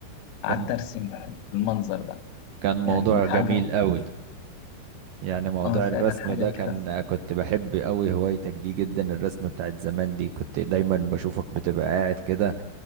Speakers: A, on the left; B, on the right.
A: قعدت
B: كان
A: أرسم المنظر ده
B: كان موضوع
A: يعني حاجة
B: جميل قوي يعني موضوع
A: آه
B: الرسم
A: فعلا حاجة
B: ده كان
A: كده
B: كنت بحب قوي هوايتك دي جدا الرسم بتاعت زمان دي كنت دايما بشوفك بتبقى قاعد كده